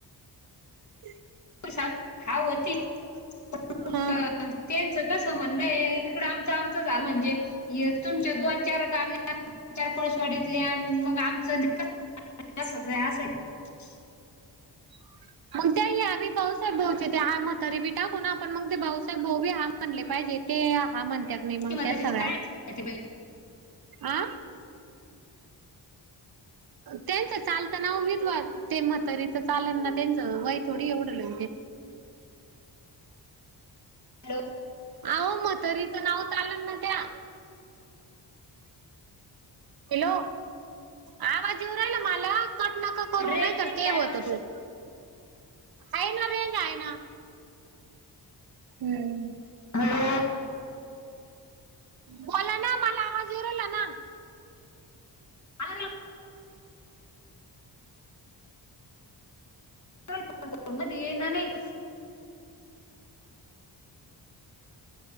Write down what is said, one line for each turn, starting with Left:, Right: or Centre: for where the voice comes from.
Right: <inaudible>
Left: <inaudible>
Right: हा...
Left: त्यांचं कसं म्हणणं इकडं आमच आमचं झा म्हणजे, य तुमच्या दोन, चार गाण्यान, चार पाऊसवाडीतल्यान मग आमचं <unintelligible> तसंच हाय असं ही <inaudible>
Right: <inaudible> मग त्या आमी भाऊसाहेब भाऊ ते मथारी बी टाकून, आपण मग ते भाऊसाहेब बघू या म्हणले पाहिजे, ते हा म्हणत्यात नाही, मग
Left: ती म्हातारीचं
Right: त्या सगळ्या
Left: कायच आहे ते बाई.
Right: आ त्यांच चाल त नाव विदवा, ते म्हतारीच चालल ना, त्यांच वय थोडी एवढं <unintelligible> <inaudible>
Left: हॅलो
Right: अहो म्हातारीच नाव चालेल ना त्या? हॅलो, आवाज येवू राहिला मला, कट नका करू
Left: रेंज
Right: नका
Left: नाही
Right: ते
Left: काय
Right: होतो
Left: बा?
Right: तो, आहे ना, रेंज आहे ना. हम्म
Left: हॅलो
Right: बोला ना, मला आवाज येऊ राहिला ना
Left: अ <unintelligible> <unintelligible> मदी ये ना नाही